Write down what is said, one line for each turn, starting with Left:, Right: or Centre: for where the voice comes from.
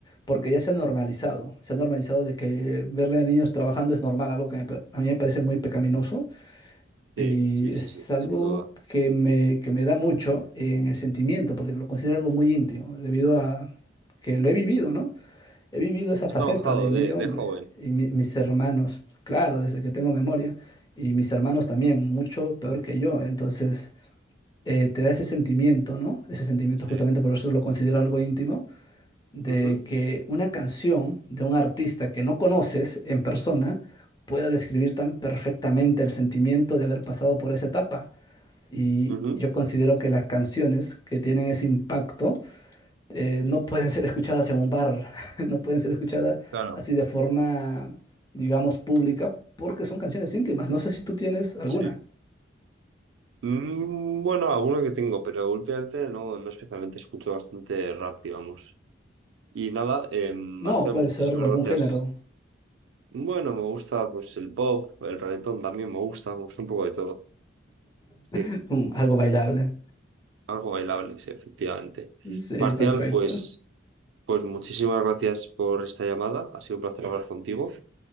Left: porque ya se ha normalizado. Se ha normalizado de que ver a niños trabajando es normal, algo que me pa- a mí me parece muy pecaminoso
Right: Sí,
Left: y
Right: sí, sí,
Left: es
Right: sí,
Left: algo
Right: sin duda.
Left: que me, que me da mucho en el sentimiento porque lo considero algo muy íntimo debido a que lo he vivido, ¿no? He vivido esa
Right: Has
Left: faceta
Right: trabajado
Left: del
Right: de,
Left: niño
Right: de
Left: hombre
Right: joven.
Left: y mi- mis hermanos, claro, desde que tengo memoria, y mis hermanos también, mucho peor que yo. Entonces, eh, te da ese sentimiento, ¿no? Ese sentimiento
Right: Sí,
Left: justamente por eso lo considero algo íntimo de
Right: Ujú,
Left: que una canción de un artista que no conoces en persona pueda describir tan perfectamente el sentimiento de haber pasado por esa etapa. Y
Right: ujú.
Left: yo considero que las canciones que tienen ese impacto eh, no pueden ser escuchadas en un bar, <laughs> no pueden ser escuchadas
Right: claro,
Left: así de forma, digamos, pública, porque son canciones íntimas. No sé si tú tienes alguna.
Right: sí. Mm, Bueno, alguno que tengo, pero últimamente no, no especialmente escucho bastante rap, digamos. Y nada, eh, Marcel,
Left: No, puede
Right: muchísimas
Left: ser de algún
Right: gracias.
Left: género,
Right: Bueno, me gusta pues el pop, el reggaetón también me gusta, me gusta un poco de todo.
Left: <laughs>
Right: Sí,
Left: un- algo bailable.
Right: algo bailable, sí, efectivamente.
Left: Sí,
Right: Marcial,
Left: perfecto.
Right: pues, pues muchísimas gracias por esta llamada, ha sido un placer hablar contigo